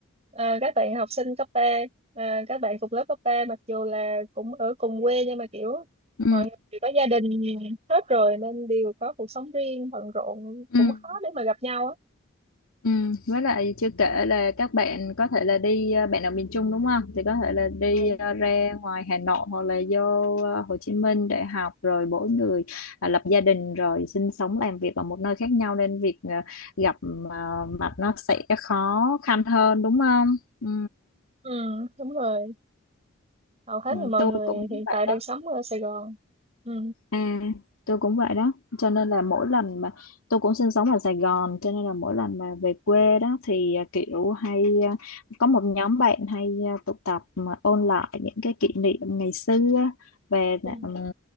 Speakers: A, on the right (about 30°); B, on the left (about 85°).
A: ờ, các bạn học sinh cấp ba ờ, các bạn cùng lớp cấp 3 mặc dù là cũng ở cùng quê nhưng mà kiểu
B: Ừ.
A: mọi người đều có gia đình hết rồi nên đều có cuộc sống riêng bận rộn
B: Ừ.
A: cũng khó để mà gặp nhau á.
B: Ừ, với lại chưa kể là các bạn có thể là đi à, bạn ở miền Trung đúng không? Thì có thể là đi
A: Ừ,
B: à, ra ngoài Hà Nội hoặc là vô à, Hồ Chí Minh để học rồi mỗi người à, lập gia đình rồi sinh sống làm việc ở một nơi khác nhau nên việc à, gặp à, mặt nó sẽ khó khăn hơn đúng không? Ừ,
A: Ừ, đúng rồi. hầu hết
B: ừ,
A: là mọi
B: tôi
A: người
B: cũng
A: hiện tại
B: vậy
A: đang
B: đó.
A: sống ở Sài Gòn ừ
B: À, tôi cũng vậy đó cho nên là mỗi lần mà tôi cũng sinh sống ở Sài Gòn cho nên là mỗi lần mà về quê đó thì à, kiểu hay à, có một nhóm bạn hay à, tụ tập mà ôn lại những cái kỷ niệm ngày xưa về
A: ừ
B: ừm,